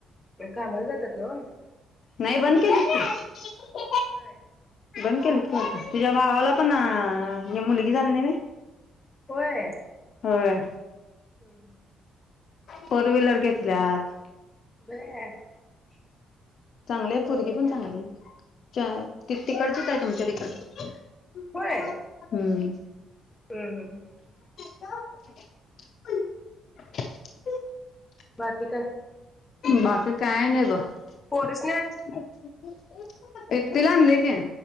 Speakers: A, on the left; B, on the left.
A: कामाला जात्यात? <inaudible>
B: नाही बन केलीत की.
A: होय.
B: बंद केलीत की वाटतं. तिज्या भावाला पण हे अ मुलगी झाली नाही व्हय.
A: होय.
B: होय
A: <inaudible>
B: फोर व्हीलर घेतल्यात.
A: <unintelligible>
B: चांगलीय पोरगी पण चांगलीय <unintelligible> तीकडचिच हाय तुम <unintelligible>
A: होय
B: हम्म.
A: हम्म हम्.
B: <unintelligible>
A: बाकी काय?
B: बाकी काय नाही ब.
A: पोरिस
B: <unintelligible> एकटीला आणलयकी.